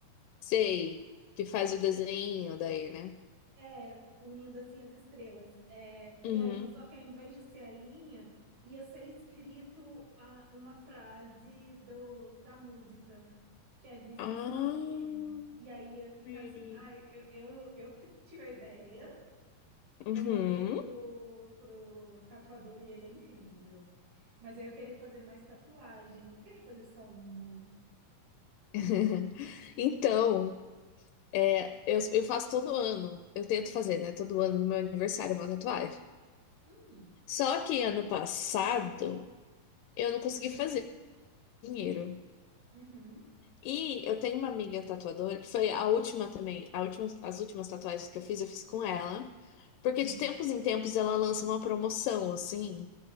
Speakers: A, on the left; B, on the right.
A: Sei. Que faz o desenho daí, né?
B: É, unindo assim as estrelas. É, e
A: Uhum.
B: aí, só que ao invés de ser a linha, ia ser escrito a, uma frase do, da música, que é This
A: Ah,
B: is not the end. E aí ia ficar
A: sim.
B: assim, ai, eu, eu, eu que tive a ideia,
A: Uhum.
B: eu mandei pro, pro tatuador e ele é incrível. Mas aí eu queria fazer mais tatuagem, eu não queria fazer só uma.
A: <laughs> Então, é, eu, eu faço todo ano, eu tento fazer, né? Todo ano no meu aniversário uma tatuagem.
B: Hum,
A: Só que ano passado eu não consegui fazer dinheiro.
B: uhum,
A: E eu tenho uma amiga tatuadora que foi a última também, a última, as últimas tatuagens que eu fiz, eu fiz com ela. Porque
B: uhum,
A: de tempos em tempos ela lança uma promoção, assim,